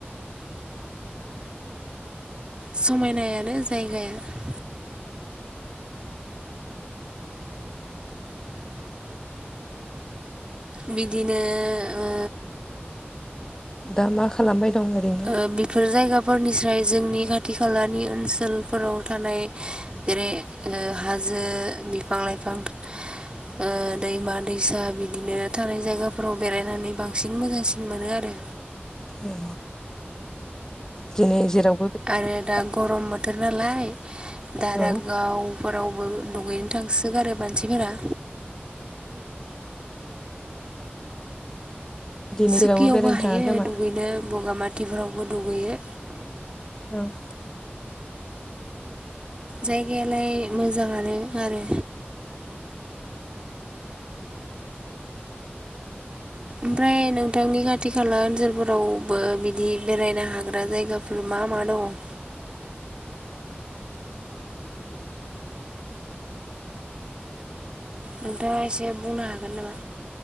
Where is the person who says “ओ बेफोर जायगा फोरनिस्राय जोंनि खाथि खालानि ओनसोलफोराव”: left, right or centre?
Right